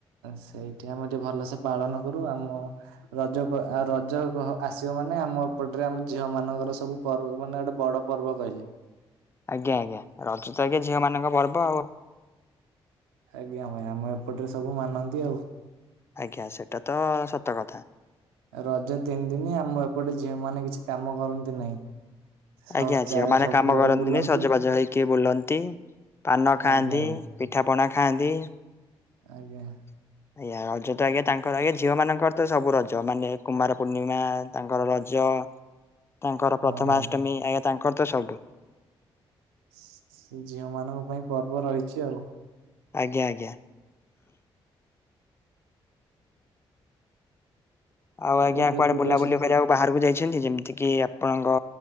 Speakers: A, on the right; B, on the left.
A: ସେଇଠି ଆମେ ଟିକେ ଭଲସେ ପାଳନ କରୁ ଆମ ରଜ ଆ ରଜ ଆସିବ ମାନେ ଆମ ଏପଟରେ ଆମ ଝିଅ ମାନଙ୍କର ସବୁ ପରୋଉ ମାନେ ଗୋଟେ ବଡ଼ ପର୍ବ କହିଲି।
B: ଆଜ୍ଞା ଆଜ୍ଞା ରଜ ତ ଆଜ୍ଞା ଝିଅ ମାନଙ୍କ ପର୍ବ ଆଉ।
A: ଆଜ୍ଞା ଭାଇ ଆମ ଏପଟରେ ସବୁ ମାନନ୍ତି ଆଉ।
B: ଆଜ୍ଞା ସେଟା ତ ସତ କଥା।
A: ରଜ ତିନି ଦିଇନି ଆମ ଏପଟେ ଝିଅ ମାନେ କିଛି କାମ କରନ୍ତି ନାହିଁ। ସବୁ
B: ଆଜ୍ଞା
A: ଚା
B: ଝିଅ ମାନେ
A: ସବୁଆଡେ
B: କାମ କରନ୍ତିନି
A: ବୁଲନ୍ତି
B: ସଜବାଜ ହେଇକି ବୁଲନ୍ତି ପାନ ଖାଆନ୍ତି।
A: ଆଜ୍ଞା ଭାଇ
B: ପିଠାପଣା ଖାଆନ୍ତି।
A: ଆଜ୍ଞା।
B: <inaudible> ଆଜ୍ଞା ରଜ ତ ଆଜ୍ଞା ତାଙ୍କର ଆଜ୍ଞା ଝିଅମାନଙ୍କର ତ ସବୁ ରଜ ମାନେ କୁମାର ପୂର୍ଣ୍ଣିମା ତାଙ୍କର ରଜ। ତାଙ୍କର
A: ହଁ
B: ପ୍ରଥମାଷ୍ଟମୀ
A: ଭାଇ।
B: ଆଜ୍ଞା ତାଙ୍କର ତ ସବୁ।
A: ଝିଅ ମାନଙ୍କ ପାଇଁ ପର୍ବ ରହିଚି ଆଉ।
B: ଆଜ୍ଞା ଆଜ୍ଞା। ଆଉ ଆଜ୍ଞା
A: ଏବେ
B: କୁଆଡେ
A: କୋଉଠି
B: ବୁଲାବୁଲି
A: ଅଛନ୍ତି
B: କରିବାକୁ
A: ଭାଇ?
B: ବାହାରକୁ ଯାଇଛନ୍ତି ଯେମିତି କିି ଆପଣଙ୍କ